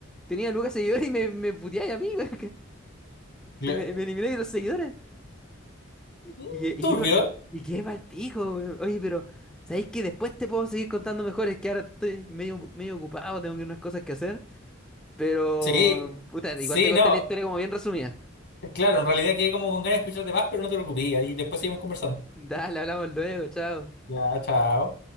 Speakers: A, in the centre; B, on the left (about 55°).
A: tenía lucas seguidores y me, me puteáis a mí, <laughs> weón,
B: Cla-
A: y me, me elimináis de los seguidores. Y
B: mm,
A: que, y
B: Turbio.
A: que iba, y que iba al pico, weón. Oye, pero, ¿sabéis que después te puedo seguir contando mejor? Es que ahora estoy medio, medio ocupado, tengo que- unas cosas que hacer, pero,
B: Sí,
A: puta, igual
B: sí,
A: te conté
B: no.
A: la historia como bien resumida. <laughs>
B: Claro, en realidad quedé como con ganas de escucharte más, pero no te preocupes. Y después seguimos conversando.
A: Dale, hablamos luego, chao.
B: Ya, chao.